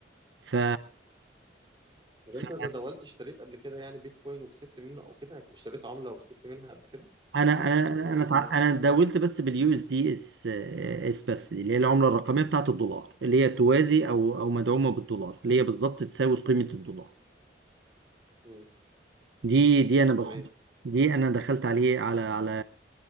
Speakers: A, on the right (about 80°); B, on the right (about 25°).
A: ف
B: طب
A: فانا
B: انت ده دولت اشتريت قبل كده يعني بيتكوين وكسبت منه او كده اشتريت عمله وكسبت منها قبل كده
A: انا
B: يعني
A: انا انا
B: الم...
A: تع- أنا اتداولت بس باليو اس دي اس اس بس دي اللي هي العمله الرقميه بتاعت الدولار اللي هي توازي او او مدعومه بالدولار اللي هي بالظبط تساوي قيمه الدولار
B: مم.
A: دي دي انا بخش
B: تمام
A: دي انا دخلت عليه على على